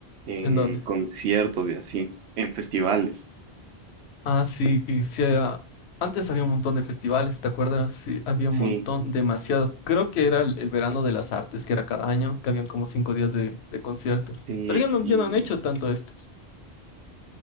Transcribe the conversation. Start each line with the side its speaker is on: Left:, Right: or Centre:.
Right: En
Left: ¿En dónde?
Right: conciertos y así, en festivales,
Left: Ah, sí, y sí, ah, antes había un montón de festivales, ¿te acuerdas? Sí, había
Right: sí,
Left: un montón, demasiados. Creo que era el, el verano de las artes, que era cada año, que habían como cinco días de, de conciertos.
Right: sí,
Left: Pero ya no,
Right: y
Left: ya no han hecho tanto estos.